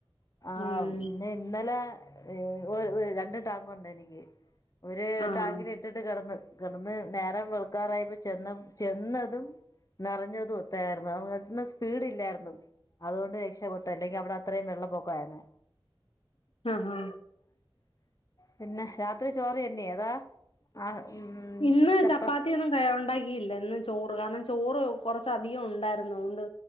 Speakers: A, on the left (about 40°); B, on the left (about 80°).
A: ആഹ്
B: ഉം
A: പിന്നെ ഇന്നെലെ ഏഹ് ഒ ഒര് രണ്ട് ടാങ്കുണ്ടെനിക്ക് ഒര്
B: ആഹ്
A: ടാങ്കില്ട്ടിട്ട് കെടന്ന് കെടന്ന് നേരം വെള് ക്കാറയപ്പൊ ചെന്നം ചെന്നതും നെറഞ്ഞതു ഒത്തായിരുന്നു ആ ഒൽച്ചിണെ സ്പീഡ് ല്ലായിരുന്നു അതോണ്ട് ര ക്ഷപ്പെട്ടെ അല്ലെങ്കി അവടെ അത്രയും വെള്ള പൊക്കായിരുന്നു.
B: ആഹാ
A: പിന്നെ രാത്രി ചോറെന്ന്യാ അതാ ആഹ് ഉം
B: ഇന്ന്
A: ചപ്പ
B: ചപ്പാത്ത്യൊന്നും കഴ ഒണ്ടാക്കിയില്ല ഇന്ന് ചോറ് കാരണം ചോറ് കൊറച്ചധികം ഉണ്ടായിരുന്നു അതൊണ്ട്